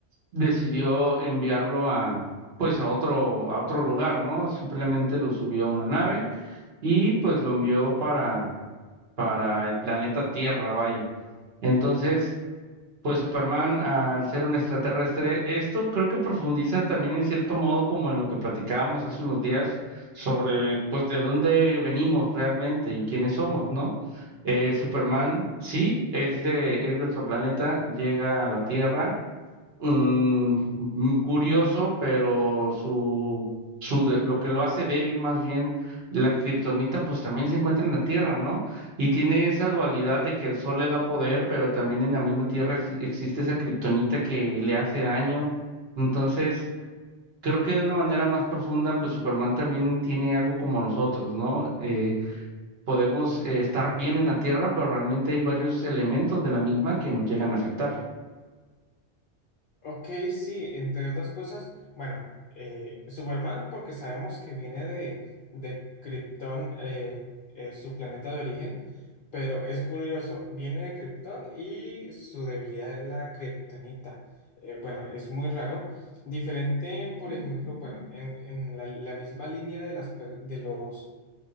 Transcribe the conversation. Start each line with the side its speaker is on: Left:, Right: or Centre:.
Right: decidió enviarlo a... pues a otro, a otro lugar, ¿no? Simplemente lo subió a una nave y pues lo envió para, para el planeta Tierra, vaya. Entonces, pues Superman, al ser un extraterrestre, esto creo que profundiza también en cierto modo como en lo que platicábamos hace unos días sobre pues de dónde venimos realmente y quiénes somos, ¿no? Eh, Superman sí es de, es de otro planeta, llega a la Tierra mm, mm, curioso, pero su, su de- lo que lo hace débil más bien, la kriptonita pues también se encuentra en la Tierra, ¿no? Y tiene esa dualidad de que el sol le da poder, pero también en la misma Tierra exi- existe esa kriptonita que le hace daño. Entonces, creo que de una manera más profunda, pues Superman también tiene algo como los otros, ¿no? Eh, podemos eh, estar bien en la Tierra, pero realmente hay varios elementos de la misma que nos llegan a afectar.
Left: Ok, sí, entre otras cosas, bueno, eh, Superman, porque sabemos que viene de, de Krypton, eh, eh, su planeta de origen, pero es curioso, viene de Krypton y su debilidad es la kriptonita. Eh, bueno, es muy raro. Diferente, por ejemplo, bueno, en, en la, la misma línea de, las, per- de los